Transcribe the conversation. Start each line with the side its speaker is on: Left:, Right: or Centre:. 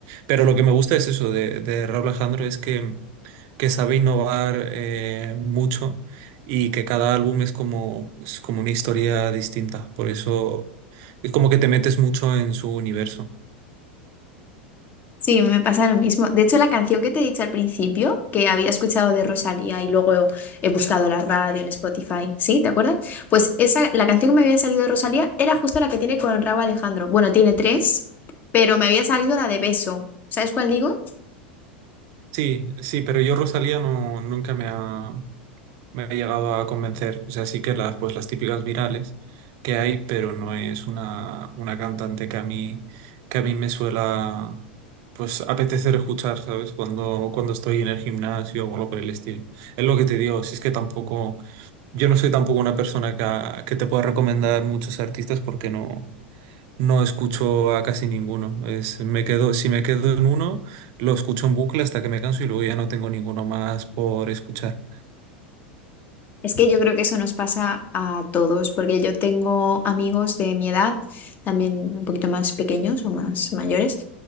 Right: Pero lo que me gusta es eso de, de Raúl Alejandro es que, que sabe innovar eh, mucho y que cada álbum es como, es como una historia distinta, por eso es como que te metes mucho en su universo.
Left: Sí, me pasa lo mismo. De hecho, la canción que te he dicho al principio, que había escuchado de Rosalía y luego he buscado la radio en Spotify, ¿sí? ¿Te acuerdas? Pues esa, la canción que me había salido de Rosalía era justo la que tiene con Rauw Alejandro. Bueno, tiene tres, pero me había salido la de Beso. ¿Sabes cuál digo?
Right: Sí, sí, pero yo Rosalía no, nunca me ha, me ha llegado a convencer. O sea, sí que las, pues, las típicas virales que hay, pero no es una, una cantante que a mí, que a mí me suela pues apetecer escuchar, ¿sabes? Cuando, cuando estoy en el gimnasio o algo por el estilo. Es lo que te digo, si es que tampoco, yo no soy tampoco una persona que, a- que te pueda recomendar muchos artistas porque no. No escucho a casi ninguno. Es, me quedo, si me quedo en uno, lo escucho en bucle hasta que me canso y luego ya no tengo ninguno más por escuchar.
Left: Es que yo creo que eso nos pasa a todos, porque yo tengo amigos de mi edad, también un poquito más pequeños o más mayores,